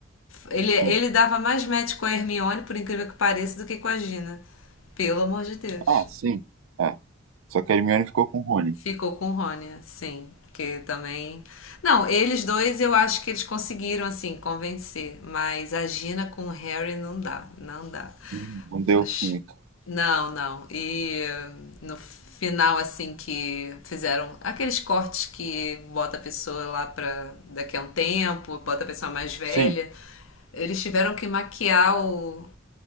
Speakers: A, on the left (about 80°); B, on the right (about 80°).
A: Ele, ele
B: Sim.
A: dava mais match com a Hermione, por incrível que pareça, do que com a Gina. Pelo amor de Deus.
B: Ah, sim. É. Só que a Hermione ficou com o Rony.
A: Ficou com o Rony, sim. Que também. Não, eles dois eu acho que eles conseguiram, assim, convencer. Mas a Gina com o Harry não dá, não dá.
B: Hum, Não deu
A: Mas
B: química.
A: não, não. E eh, no final, assim, que fizeram aqueles cortes que bota a pessoa lá pra daqui a um tempo, bota a pessoa mais velha.
B: Sim.
A: Eles tiveram que maquiar o-